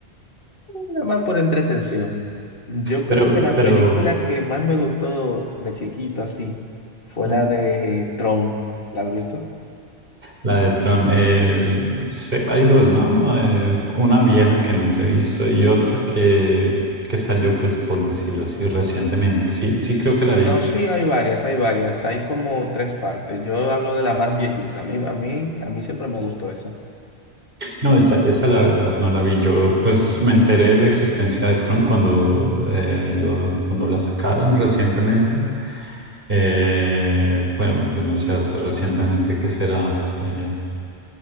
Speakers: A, on the left (about 55°); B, on the right (about 55°).
A: nada más por entretención. Yo creo
B: Pero,
A: que la
B: pero
A: película que más me gustó de chiquito así fue
B: mm,
A: la de Tron. ¿La has visto?
B: la de Tron, eh, l- se- hay dos, ¿no? Eh, una vieja que nunca he visto y otra que, que salió, pues, por decirlo así, recientemente. Sí, sí creo que la
A: No,
B: vi.
A: sí, hay varias, hay varias, hay como tres partes. Yo hablo de la más viejita. A mí, a mí, a mí siempre me gustó esa. <laughs>
B: No, esa, esa la verdad no la vi. Yo pues me enteré de la existencia de Tron cuando, eh, lo- cuando la sacaron recientemente. Eh, bueno, pues no sé, hace recientemente, ¿qué será? Eh,